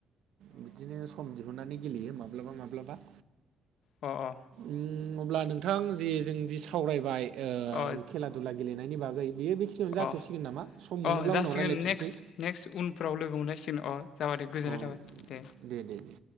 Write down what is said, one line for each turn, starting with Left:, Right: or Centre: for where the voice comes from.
Right: बिदिनो खम दिहुननानै गेलेयो माब्लाबा माब्लाबा।
Left: अ अ।
Right: उम अब्ला नोंथां जि जों जि सावरायबाय
Left: अ
Right: खेला दुला गेलेनायनि बागै बेयो बेखिनियावनो जाथ'सिगोन
Left: अ
Right: नामा सम
Left: अ
Right: मोनोब्ला
Left: जासिगोन
Right: उनाव रायलायफिनसै
Left: नेक्स्ट नेक्स्ट उनफ्राव लोगो मोनलायसिगोन अ जाबाय दे गोजोननाय
Right: अ
Left: थाबाय दे।
Right: दे दे दे।